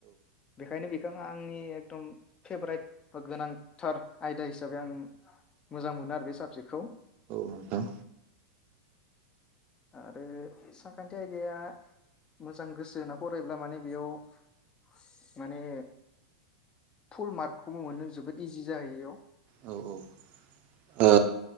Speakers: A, on the left; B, on the right.
A: बेखायनो बेखौ आ आंनि एकदम फेभरेट बा गोनांथार आयदा हिसाबै आं मोजां मोनो आरो बे साबजेक्टखौ,
B: नोंथां
A: आरो सानखान्थि आयदाया मोजां गोसो होना फरायब्ला माने बेयाव माने फुल मार्कखौबो मोननो जोबोद इजि जाहैयो बेयाव,
B: औ औ ओ